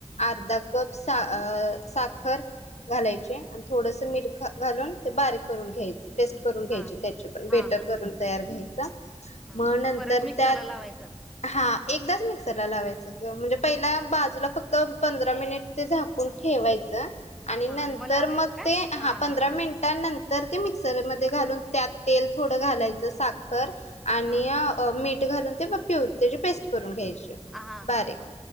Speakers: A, on the left; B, in the centre.
A: अर्धा कप सा अ साखर घालायची आण थोडस मीठ घालून ते बारीक करून घ्यायच. टेस्ट करून घ्यायची
B: हां
A: त्याची पण
B: हां
A: बेटर
B: हां
A: करून तयार घ्याय सा
B: हां
A: मग नंतर
B: परत मिक्सरला
A: त्यात
B: लावायचं
A: हा. एकदाच मिक्सर ला लावायचं ग म्हणजे, पहिला बाजूला फक्त पंधरा मिनिट ते झाकून ठेवायचं. आणि नंतर
B: हां लावायचं
A: मग
B: काय
A: ते हा,
B: हां
A: पंधरा
B: हां हां
A: मिनिटां नंत तर ते मिक्सरमध्ये घालून त्यात तेल थोडं घालायचं साखर आणि
B: हां
A: अ मी घालून ते प्यूरी त्याजी पेस्ट करून घ्यायचे.
B: हां
A: बारीक
B: हां हां